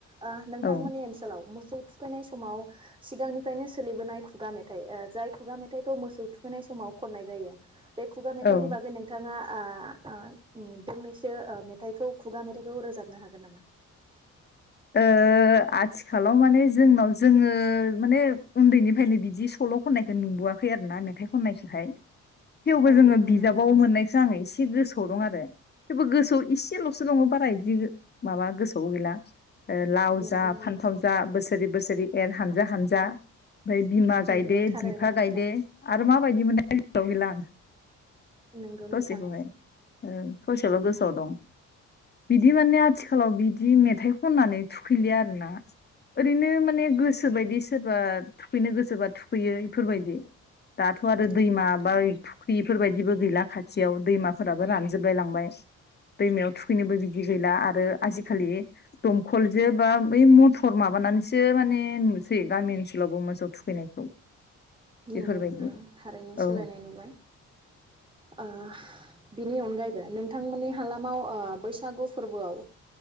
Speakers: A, on the right (about 15°); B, on the left (about 35°).
A: ओ नोंथांमोननि
B: औ
A: ओनसोलाव मोसौ थुखैनाय समाव सिगांनिफ्रायनो सोलिबोनाय खुगा मेथाइ ओ जाय खुगा मेथाइखौ मोसौ थुखैनाय समाव खननाय जायो बे खुगा मेथाइनि
B: ओ
A: बागै नोंथाङा ओ ओ उम दोंनैसो मेथाइखौ खुगा मेथाइखौ रोजाबनो हागोन नामा
B: ओ आथिखालाव माने जोंनाव जोङो माने उन्दैनिफ्रायनो बिदि सल' खननायखौ नुबोआखै आरो ना मेथाइ खननायखौहाय थेवबो
A: अ
B: जोङो
A: नंगौना
B: बिजाबाव
A: नोंथां
B: मोननायखो आङो एसे गोसोआव दं आरो थेवबो गोसौ इसेल'सो दंबो बारा इदि माबा गोसोआवबो गैला ओ लाव
A: नंगौना
B: जा फान्थाव
A: नोंथां
B: जा बोसोरि बोसोरि एर हानजा हानजा ओमफाय बिमा गायदे
A: नंगौ थारैनो
B: बिफा
A: नोंथां
B: गायदो आरो मा बायदि <unintelligible> गैलां
A: नंगौ नोंथां
B: ससेखौहाय औ। ससेल' गोसोआव दं बिदि माने आथिखालाव बिदि मेथाइ। खननानै थुखैलिया आरोना ओरैनो माने गोसोबायदि सोरबा थुखैनो गोसोबा थुखैयो इफोरबायदि। दाथ' आरो
A: नंगौ
B: दैमा
A: नोंथां
B: बा फुख्रिफोरबायदिबो गैला खा। थियाव दैमाफोराबो रानजोबलाय लांबाय दैमायाव थुखैनोबो बिदि गैला आरो आजिखालि। दमखलजो बा बै मथर माबानानैसो माने नुसै गामि ओनसोलावबो मोसौ थुखैनायखौ।
A: नंगौ
B: बेफोरबायदि
A: नोंथां थारैनो
B: औ
A: सोलायनाय नुबाय ओ। बिनि अनगायैबो नोंथांमोननि हालामाव ओ बैसागु फोरबोआव।